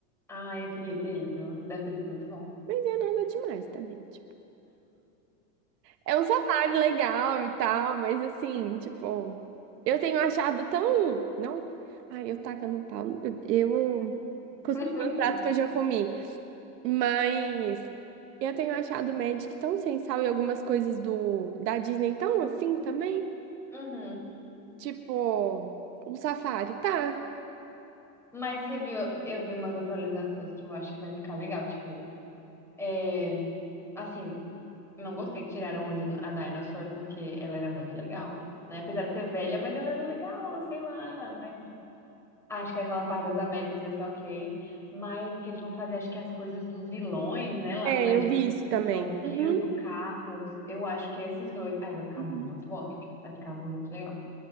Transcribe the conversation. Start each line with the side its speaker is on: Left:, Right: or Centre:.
Centre: Ah, eu queria ter ido. Deve ter sido muito bom.
Right: Mas é nada demais também. tipo. É um safari legal e tal, mas assim, tipo, eu tenho achado tão. Não? Ai, eu tacando um pau. Eu, eu cuspi
Centre: <laughs>
Right: no prato que eu já comi. Mas eu tenho achado o Magic tão sem sal e algumas coisas do da Disney tão assim também.
Centre: Uhum.
Right: Tipo, um safari, tá?
Centre: Mas você viu, eu vi umas atualizações que eu acho que vai ficar legal, tipo. É, assim, não gostei que tiraram a Din- a Dinosaur porque ela era muito legal, né? Apesar de ser velha, mas ela era legal, sei lá. Mas... Acho que aquela parte das Américas vai ser ok, mas que eles vão fazer, acho que as coisas dos vilões, né? Lá
Right: É,
Centre: no Magic
Right: eu vi isso também.
Centre: Kingdom
Right: Uhum.
Centre: e o do Carros, eu acho que é esses dois. Ai, vai ficar
Right: Uhum.
Centre: muito bom, amiga. Vai ficar muito legal,